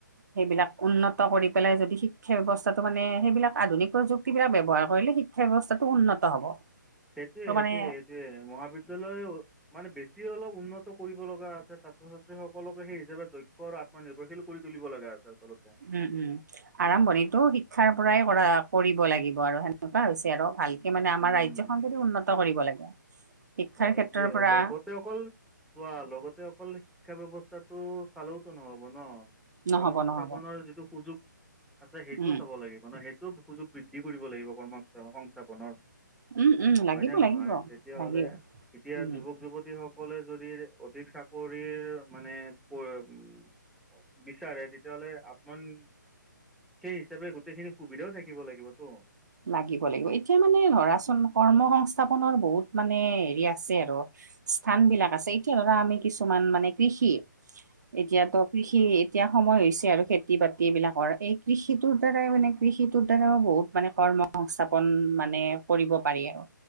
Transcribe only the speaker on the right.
সেইবিলাক, উন্নত কৰি পেলাই যদি, শিক্ষা ব্যৱস্থাটো মানে, সেইবিলাক আধুনিক প্ৰযুক্তিবিলাক ব্যৱহাৰ কৰিলে, শিক্ষা শিক্ষা ব্যৱস্থাটো উন্নত হ'ব।
ত'
মানে
উম! উম! আৰম্ভণিটো শিক্ষাৰ কৰাই কৰা, কৰিব লাগিব আৰু সেনেকুৱা হৈছে আৰু। ভালকে মানে, আমাৰ
ৰাজ <unintelligible> যদি উন্নত কৰিব লাগে। শিক্ষাৰ
ক্ষেত্ৰৰ পৰা
নহ'ব
নহ'ব
উম
উম, উম! লাগিব,
লাগিব।
লাগিব
উম
লাগিব, লাগিব। এতিয়া মানে, ধৰাচোন কৰ্ম সংস্থাপনৰ বহুত মানে, হেৰি আছে আৰু স্থান বিলাক আছে। এতিয়া আৰু আমি কিছুমান মানে, কৃষি এতিয়াতো, কৃষি এতিয়া সময় হৈছে আৰু খেতি- বাতি এইবিলাকৰ। এই, কৃষিটোৰ দ্বাৰাই মানে, কৃষিটোৰ দ্বাৰাও বহুত মানে, কৰ্ম সংস্থাপন মানে, কৰিব পাৰি আৰু।